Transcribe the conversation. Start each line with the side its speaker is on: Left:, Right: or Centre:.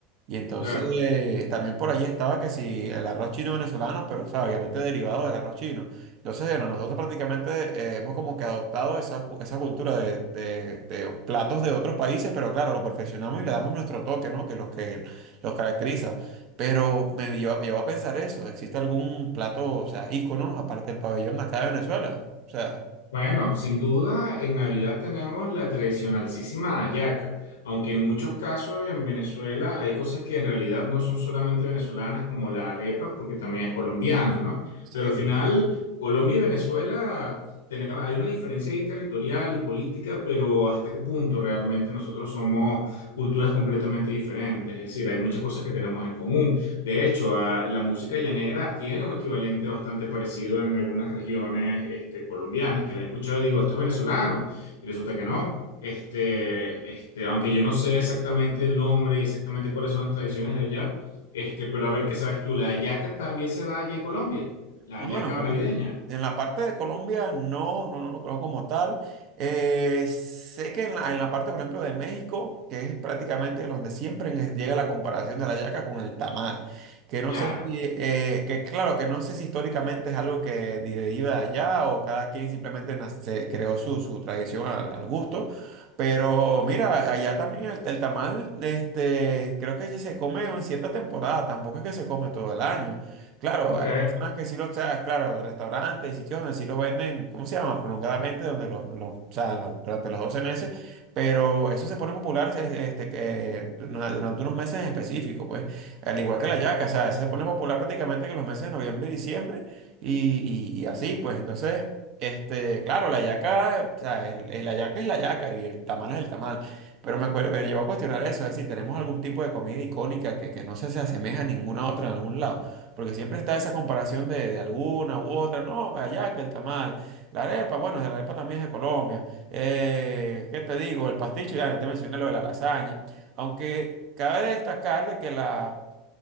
Right: Y entonces
Left: claro.
Right: eh, también por allí estaba que si el arroz chino venezolano, pero o sea, obviamente derivado del arroz chino. Entonces, bueno, nosotros prácticamente eh, hemos como que adoptado esa, cu- esa cultura de, de- de platos de otros países, pero claro, lo perfeccionamos y le damos nuestro toque, ¿no? Que los que los caracteriza. Pero me lleva, llevó a pensar eso, ¿existe algún plato, o sea, ícono, aparte del pabellón de acá de Venezuela? O sea,
Left: Bueno, sin duda en Navidad tenemos la tradicionalísima hallaca, aunque en muchos casos en Venezuela hay cosas que en realidad no son solamente venezolanas como la arepa, porque también es colombiana, ¿no?
Right: Sí.
Left: Pero al final Colombia y Venezuela tene- hay una diferencia ahí territorial y política, pero ¿hasta qué punto realmente nosotros somos culturas completamente diferentes? Es decir, hay muchas cosas que tenemos en común. De hecho, a la música llanera tiene un equivalente bastante parecido en algunas regiones este, colombianas, que la he escuchado y digo, esto es venezolano, y resulta que no. Este, este, aunque yo no sé exactamente el nombre y exactamente cuáles son las tradiciones de allá, este, pero a ver, ¿qué sabes tú? ¿La hallaca también se da allá en Colombia? ¿La
Right: No,
Left: hallaca
Right: Bueno, pues,
Left: navideña?
Right: en la parte de Colombia no, no, no, no conozco como tal. Eh, sé que en la, en la parte, por ejemplo, de México, que es prácticamente donde siempre en- llega la comparación de la yaca con el tamal, que no
Left: Claro.
Right: sé si, eh, que claro, que no sé si históricamente es algo que deriva de allá o cada quien simplemente nas- se creó su, su tradición al, al gusto. Pero mira, allá también el, el tamal, este, creo que ya se come en cierta temporada, tampoco es que se come todo el año. Claro,
Left: Ok.
Right: personas que sí lo, o sea, claro, restaurantes y sitios donde sí lo venden, ¿cómo se llama? Prolongadamente, donde los, los- o sea, lo- durante los 12 meses, pero eso se pone popular es- este, que, dura- durante unos meses en específico, pues, al igual que la yaca, o sea, eso se pone popular prácticamente que los meses de noviembre y diciembre, y, y- y así, pues, entonces, este, claro, la yaca, o sea, el- el- la yaca es la yaca y el tamal es el tamal, pero me acuerdo, me llevó a cuestionar eso, es decir, tenemos algún tipo de comida icónica que, que no se, se asemeja a ninguna otra en algún lado. Porque siempre está esa comparación de, de alguna u otra. No, allá que el tamal. La arepa, bueno, la arepa también es de Colombia. Eh, ¿qué te digo? El pasticho, ya no te mencioné lo de la lasaña. Aunque cabe destacar de que la,